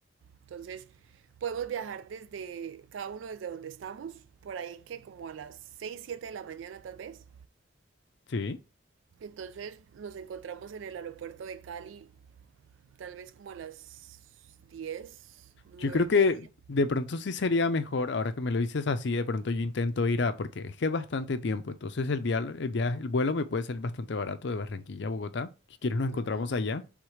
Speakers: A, on the right; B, on the left.
A: Entonces, podemos viajar desde cada uno desde donde estamos, por ahí que como a las 6 7 de la mañana tal vez.
B: sí.
A: Entonces nos encontramos en el aeropuerto de Cali, tal vez como a las 10 9
B: Yo creo
A: y
B: que
A: media.
B: de pronto sí sería mejor, ahora que me lo dices así, de pronto yo intento ir a... Porque es que es bastante tiempo, entonces el vial- el viaje, el vuelo me puede salir bastante barato de Barranquilla a Bogotá. Si quieres nos encontramos
A: Ujú.
B: allá.